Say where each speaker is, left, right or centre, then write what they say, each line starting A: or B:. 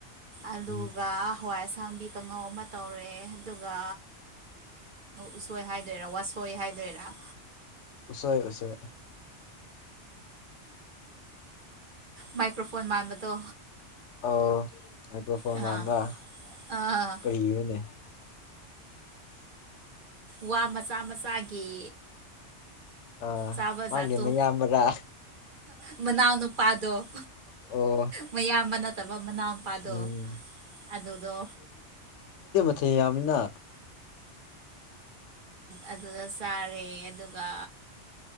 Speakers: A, on the right (about 45°); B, on the left (about 75°).
A: ꯑꯗꯨꯒ
B: ꯎꯝ
A: ꯍꯋꯥꯏ꯫ ꯊꯥꯡꯕꯤ ꯀꯥꯡꯉꯧ ꯑꯃ ꯇꯧꯔꯦ ꯑꯗꯨꯒ ꯎꯁꯣꯏ꯫ ꯎꯁꯣꯏ ꯍꯥꯏꯗꯣꯏꯔꯥ ꯋꯥꯁꯣꯏ ꯍꯥꯏꯗꯣꯏꯔꯥ꫰
B: ꯎꯁꯣꯏ ꯎꯁꯣꯏ
A: ꯃꯥꯏꯀ꯭ꯔꯣꯐꯣꯟ ꯃꯥꯟꯕꯗꯣ
B: ꯑ ꯃꯥꯏꯀ꯭ꯔꯣꯐꯣꯟ
A: ꯑꯥ
B: ꯃꯝꯕ
A: ꯑꯥ
B: ꯀꯔꯤꯅꯦ
A: ꯋꯥ ꯃꯆꯥ ꯃꯆꯥꯒꯤ
B: ꯑꯥ
A: ꯆꯥꯕ
B: ꯃꯥꯡꯒꯦ
A: ꯖꯥꯠꯇꯣ
B: ꯃꯌꯥꯝꯕ꯭ꯔꯥ
A: ꯃꯅꯥꯎ ꯅꯨꯄꯥꯗꯣ
B: ꯑꯣ
A: ꯃꯌꯥꯝꯕꯅ ꯃ ꯃꯅꯥꯄꯥꯗ
B: ꯎꯝ
A: ꯑꯗꯨꯗ
B: ꯊꯤ ꯌꯥꯃꯤꯅ
A: ꯑꯗꯨꯗ ꯆꯥꯔꯦ ꯑꯗꯨꯒ